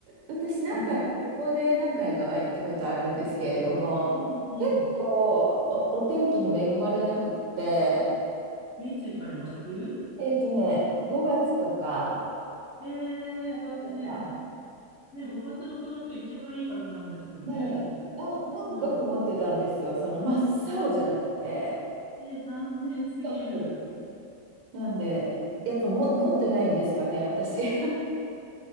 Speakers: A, on the right; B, on the left.
A: 私なんか旅行で何回かは行ったことあるんですけれども、
B: うん。うんうんうんうん。
A: 結構お、お天気に恵まれなくって、
B: で、いつ行かれました冬
A: えっとね、5月とか、
B: え
A: 6とか、
B: ー、残念。ね、5月、6月一番いいはずなんですけどね、
A: ね
B: 普通。
A: え、な、なんか曇ってたんですよ。
B: そう。
A: その真っ青じゃなくて。
B: えー、残念すぎる。
A: ちょっとなんで、やっぱも持ってないんですかね、私。<laughs>